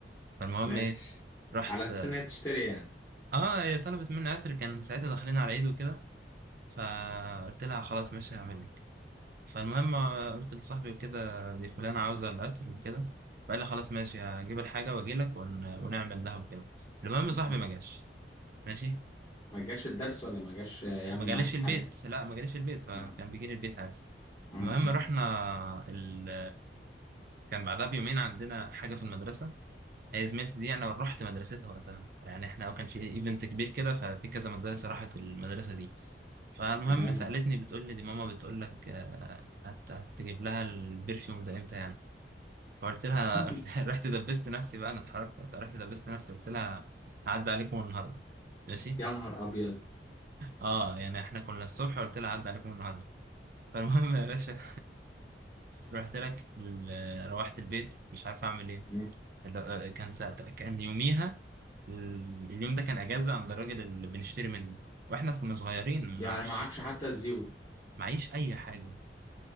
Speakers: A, on the right; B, on the left.
A: فالمهم
B: ماشي
A: ايه رحت
B: على اساس
A: اه
B: انها تشتري يعني
A: آه، هي طلبت مني عطر كان ساعتها داخلين على عيد وكده فقلت لها خلاص ماشي هعمل لك فالمهم آه، قلت لصاحبي وكده دي فلانة عاوزة العطر وكده فقال لي خلاص ماشي هجيب الحاجة واجيلك ون... ونعمل لها وكده المهم
B: مم.
A: صاحبي ما جاش ماشي
B: ما جاش الدرس ولا ما جاش يعمل
A: آه، ما جاليش
B: معاك الحاجه
A: البيت لا ما جاليش البيت فكان
B: اه
A: بيجي لي البيت عادي
B: مم.
A: المهم
B: مم.
A: رحنا ال... كان بعدها بيومين عندنا حاجة في المدرسة هي زميلتي دي انا رحت مدرستها وقتها يعني احنا كان في ايفنت كبير كده ففي كذا مدرسة راحت المدرسة دي فالمهم
B: تمام
A: سألتني بتقول لي دي ماما بتقول لك آه، هت- هتجيب لها البرفيوم ده امتى يعني فقلت لها
B: <laughs>
A: <laughs> قلت- رحت دبست نفسي بقى انا اتحركت وقتها، رحت دبست نفسي قلت لها هعدي عليكم النهارده ماشي
B: يا نهار ابيض
A: اه يعني احنا كنا الصبح قلت لها هعدي عليكم النهارده <laughs> فالمهم يا باشا رحت لك ال- روحت البيت مش عارف اعمل ايه
B: مم.
A: ال- آه، كان ساعتها كان يوميها ال- اليوم ده كان اجازه عند الراجل اللي بنشتري منه واحنا كنا صغيرين ما
B: يعني
A: نعرفش
B: معكش حتى الزيوت
A: معيش اي حاجه